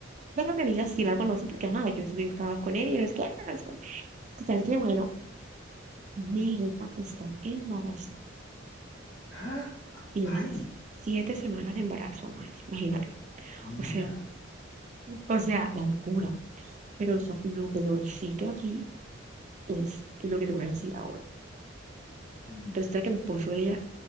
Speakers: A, on the right (about 40°); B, on the left (about 65°).
A: Pero mi amiga sí la conoce porque, ajá, yo subí estados con ella, no sé qué. ah, no sé qué. Total que, bueno, mi jefa está embarazada.
B: ¡Ah!
A: Tienes
B: ¡Ay!
A: siete semanas de embarazo, Max, imagínate.
B: Mira.
A: O sea, o sea, la locura. Pero o sea, lo peorcito aquí es lo que te voy a decir ahora.
B: Ujú.
A: Resulta que el esposo de ella